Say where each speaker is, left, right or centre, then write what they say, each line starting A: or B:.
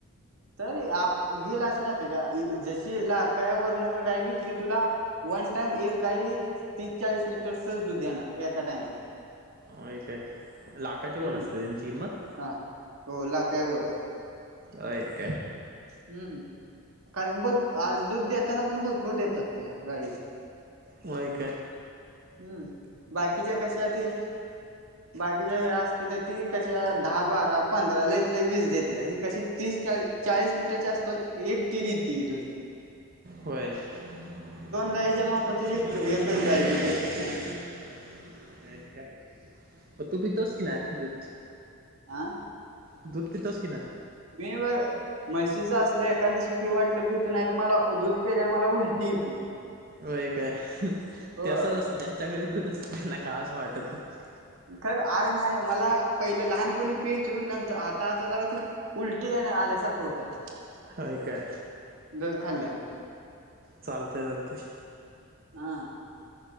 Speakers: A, on the right (about 70°); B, on the right (about 40°).
A: तरी आप गेलाचं राहते त्या इ जशी लाकाया वरन तर गाय घेतली तुला वन टाइम एक गाई तीस, चाळीस लिटर सज दूध देणार एका टायमाला
B: होय काय? लाखाच्या वर
A: हम्म
B: असते त्यांची किंमत?
A: हा हो लाकड्यावर
B: अय काय.
A: हम्म कारण भरू दूध देताना पण भरपूर देतात. त्या गाई
B: होय काय?
A: हम्म बाकीच्या कश ते बाकीच्या असते त्या. ती कशा दहा बारा पंधरा लईत ल वीस देते ही कशी तीस चाळी चाळीस लिटरच्या आसपास एक टी द त दून
B: होय. <unintelligible>
A: गायीच्या मापाची एक एकच गाय दूध देत असणार
B: अ तू पितोस की नाही दूध.
A: आ.
B: दूध पितोस की ना.
A: मी ब म्हशीच असल एखादशी पिव वाटलं पिवतो नाही तर मला.. दूध पेल्याने मला उलटी येती
B: होय काय
A: हो
B: ते असंच असतं त्याच्या घरी दु.. तस त्यांना का असं वाटत नाही..
A: खर अरे नाही मला.. पहिले लहानपणी पियचू नंतर आता आता जरा ती उलटी आल्यासारखं होतय..
B: होय काय
A: दुध खाल्यान..
B: चालतंय चालतंय..
A: हा.